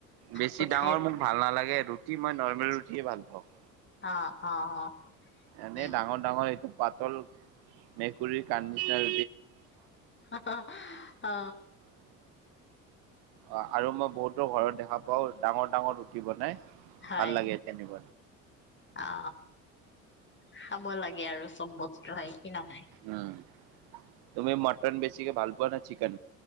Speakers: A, on the right (about 60°); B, on the left (about 25°).
A: বেছি
B: চ
A: ডাঙৰ
B: খাই
A: মোক ভাল নালাগে। ৰুটি মই নৰ্মেল ৰুটিয়ে ভাল পাওঁ।
B: অ অ অ
A: এনে
B: উম।
A: ডাঙৰ ডাঙৰ এইটো পাতল মেকুৰীৰ কণ্ডিচনাৰ
B: <unintelligible> অ অ
A: অ আৰু মই বহুতো ঘৰত দেখা পাও ডাঙৰ ডাঙৰ ৰুটি বনাই
B: হয়।
A: ভাল লাগে তেনে <unintelligible>
B: অ খাব লাগে আৰু চব বস্তু হয়। কি নহয়।
A: উম তুমি মটন বেছি চিকে ভাল পোৱা নে চিকেন?